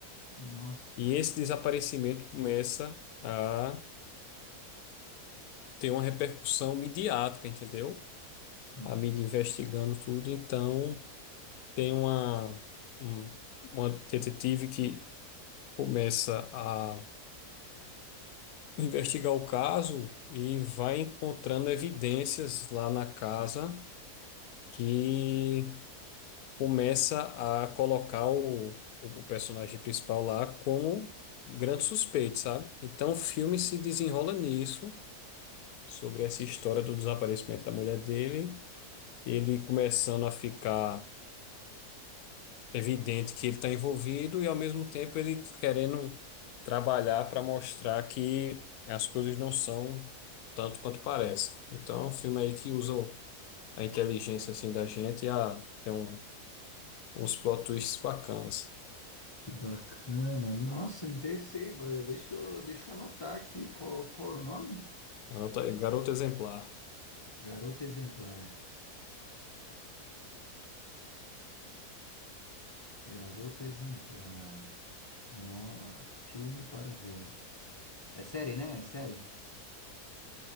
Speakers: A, on the left; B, on the left.
A: Nossa,
B: E esse desaparecimento começa a ter uma repercussão midiática, entendeu?
A: sim.
B: A mídia investigando tudo, então tem uma um- uma detetive que começa a investigar o caso e vai encontrando evidências lá na casa que começa a colocar o, o personagem principal lá como grande suspeito, sabe? Então o filme se desenrola nisso, sobre essa história do desaparecimento da mulher dele, ele começando a ficar evidente que ele está envolvido e ao mesmo tempo ele querendo trabalhar para mostrar que as coisas não são tanto quanto parece. Então é um filme aí que usa a inteligência assim da gente e a, tem um, uns plot twists bacanas.
A: Que bacana. Nossa, me interessei. Bada. Deixa eu, deixa eu anotar aqui qual, qual é o nome?
B: Anota aí, Garota Exemplar.
A: Garoto Exemplar. Garoto Exemplar. No... Filme para ver. É série, né? É série?